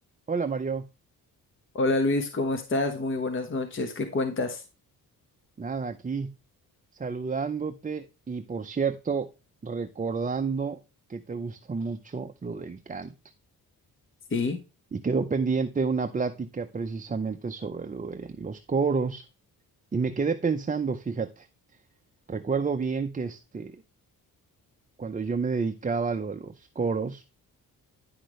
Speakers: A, on the right (about 20°); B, on the left (about 35°).
A: Hola Mario,
B: Hola Luis, ¿cómo estás? Muy buenas noches. ¿Qué cuentas?
A: nada aquí, saludándote y por cierto, recordando que te gusta mucho lo del canto.
B: Sí,
A: Y quedó pendiente una plática precisamente sobre lo de los coros y me quedé pensando, fíjate, recuerdo bien que este, cuando yo me dedicaba a lo de los coros